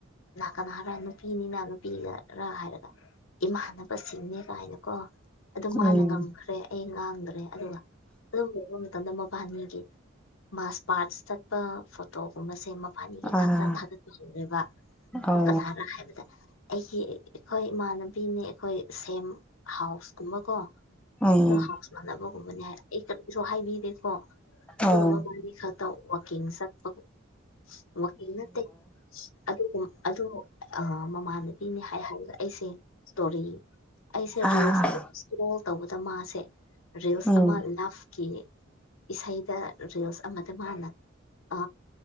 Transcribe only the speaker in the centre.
ꯎꯝ
ꯑꯥ
ꯑꯥ
ꯎꯝ
ꯑꯥ
ꯑꯥ
ꯎꯝ